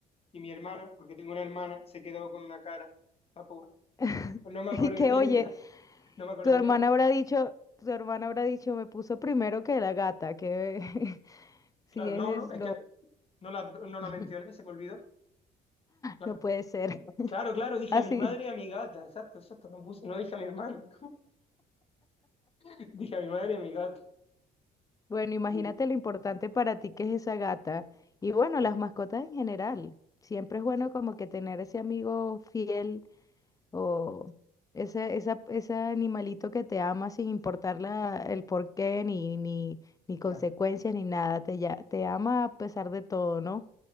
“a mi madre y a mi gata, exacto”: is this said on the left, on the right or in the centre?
Left